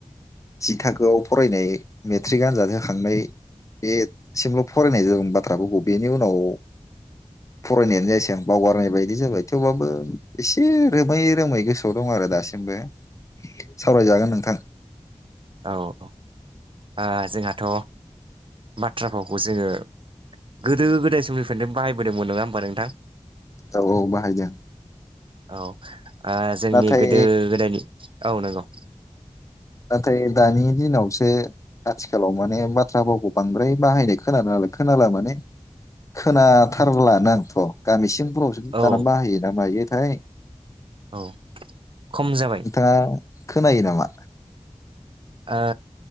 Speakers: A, on the left (about 25°); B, on the right (about 50°).
A: जि थाखोआव फरायनाय मेट्रिक आनजाद होखांनाय बेसिमल' फरायनाय जादों बाथ्राफोरखौ बेनि उनाव फरायनायानो जायासै आं। बावगारनाय बायदि जाबाय थेवबाबो एसे रोमै रोमै गोसोआव दं आरो दासिमबो। सावरायजागोन नोंथां।
B: औ औ। ओ जोंहाथ' बाथ्रा भावखौ जोङो गोदो गोदाय समनिफ्रायनो बाहायबोदोंमोन नङा होमबा नोंथां?
A: औ औ बाहायदों।
B: औ। ओ जोंनि
A: नाथाय
B: गोदो गोदायनि औ नंगौ।
A: नाथाय दानि दिनावसो आथिखालाव माने बाथ्रा भावखौ बांद्राय बाहायनाय खोनानो खोनाला माने खोनाथारलानो आंथ' गामिसिम। उनावसो
B: औ
A: दाना बाहोयो ना मायो आइ
B: औ खम जाबाय।
A: नोंथाङा खोनायो नामा?
B: ओ